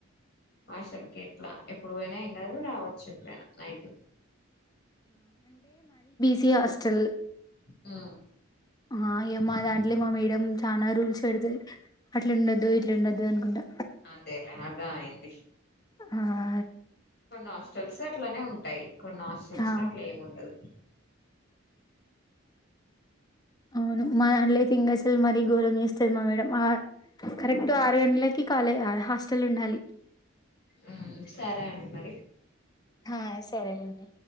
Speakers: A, on the left; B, on the left.
A: ఆషర్కి ఎట్లా ఎప్పుడు బొయినా ఏం గాదు రావ చెప్పా నైట్
B: సి ఆస్టల్
A: ఆ
B: ఆ ఏమా దాంట్లో మా మేడం చాలా రూల్స్ పెడతది అట్లుండద్దు ఇట్లండొదు అనుకుంటా
A: అదేలే ఆద్రా ఐన్టిష్
B: ఆహా
A: కొన్నాస్టల్స్ అట్లనే ఉంటాయి కొన్నాస్టల్స్
B: ఆ
A: లో అట్లేముండదు
B: అవును మా దాన్లో అయితే ఇంగసలు మరీ ఘోరం చేస్తది మా మేడం కరెక్ట్ ఆరు గంటలకి కాలే హాస్టల్ ఉండాలి
A: మ్మ్ సరే అండి మ
B: హా సరే అండి